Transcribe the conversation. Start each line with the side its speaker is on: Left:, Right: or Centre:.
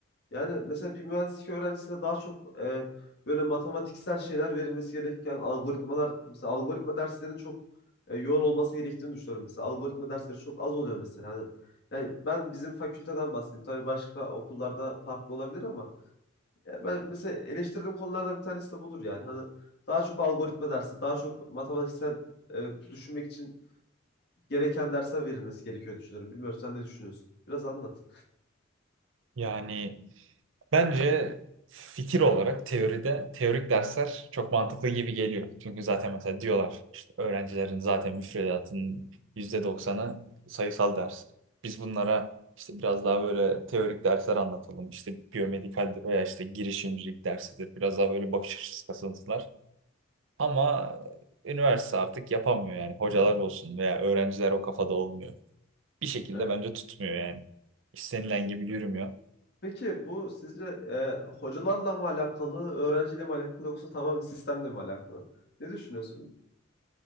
Left: Yani mesela bir mühendislik öğrencisine daha çok e, böyle matematiksel şeyler verilmesi gereken algoritmalar mesela algoritma derslerinin çok e, yoğun olması gerektiğini düşünüyorum mesela. Algoritma dersleri çok az oluyor mesela. Hani yani ben bizim fakülteden bahsedeyim. Tabii başka okullarda farklı olabilir ama ya ben mesela eleştirdiğim konulardan bir tanesi de budur yani. Hani daha çok algoritma dersi, daha çok matematiksel e, düşünmek için gereken dersler verilmesi gerekiyor düşünüyorum. Bilmiyorum sen ne düşünüyorsun? Biraz anlat.
Right: Yani Bence fikir olarak teoride teorik dersler çok mantıklı gibi geliyor. Çünkü zaten mesela diyorlar işte öğrencilerin zaten müfredatının yüzde doksanı sayısal ders. Biz bunlara işte biraz daha böyle teorik dersler anlatalım. İşte biyomedikaldir veya işte girişimcilik dersidir. Biraz daha böyle bakış açısı kasınsınlar. Ama üniversite artık yapamıyor yani. Hocalar olsun veya öğrenciler o kafada olmuyor. Bir şekilde
Left: Evet,
Right: bence tutmuyor yani. İstenilen
Left: kesinlikle.
Right: gibi yürümüyor.
Left: Peki bu sizce e, hocalarla mı alakalı, öğrenciyle mi alakalı yoksa tamamen sistemle mi alakalı? Ne düşünüyorsun?